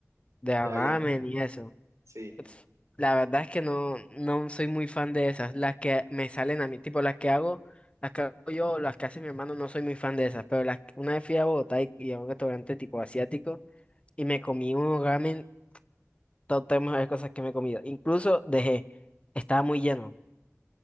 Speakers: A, on the left; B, on the right.
A: de
B: ya,
A: ramen
B: ya,
A: y eso.
B: sí.
A: Pf, La verdad es que no, no soy muy fan de esas, las que me salen a mí, tipo las que hago, las que hago yo, o las que hace mi hermano, no soy muy fan de esas, pero las, una vez fui a Bogotá y, y a un restaurante tipo asiático y me comí un ramen, todo tenemos de cosas que me he comido, incluso dejé, estaba muy lleno.